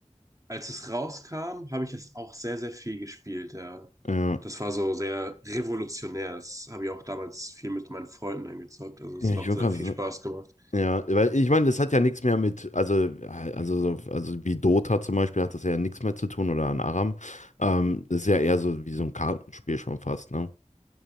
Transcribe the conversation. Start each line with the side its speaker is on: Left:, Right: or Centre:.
Right: als es rauskam, habe ich das auch sehr, sehr viel gespielt, ja.
Left: Ja.
Right: Das war so sehr revolutionär. Das habe ich auch damals viel mit meinen Freunden eingezockt. Also es
Left: Ja,
Right: hat
Left: ich
Right: auch
Left: würde
Right: sehr
Left: gerade
Right: viel
Left: sagen.
Right: Spaß gemacht.
Left: Ja, weil ich meine, das hat ja nichts mehr mit, also, also, so- also wie Dota zum Beispiel hat das ja nichts mehr zu tun oder an Aram. Ähm, das ist ja eher so wie so ein Kartenspiel schon fast, ne?